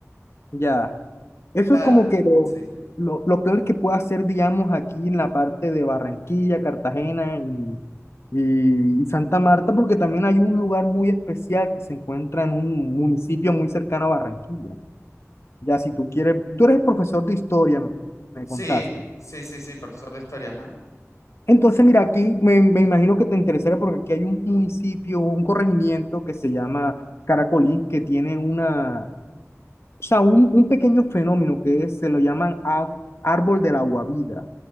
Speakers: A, on the left (about 55°); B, on the left (about 75°).
A: ya. Eso
B: Claro,
A: es como que lo-
B: sí.
A: lo- los planes que puedo hacer, digamos, aquí en la parte de Barranquilla, Cartagena y, y- y Santa Marta, porque también hay un lugar muy especial que se encuentra en un municipio muy cercano a Barranquilla. Ya, si tú quieres, tú eres profesor de historia, me me
B: Sí,
A: contaste.
B: sí, sí, sí, profesor de historia, ajá.
A: Entonces, mira, aquí me, me imagino que te interesaría porque aquí hay un municipio, un corregimiento que se llama Caracolí, que tiene una, o sea, un, un pequeño fenómeno que es- se lo llaman ar- árbol del aguavida.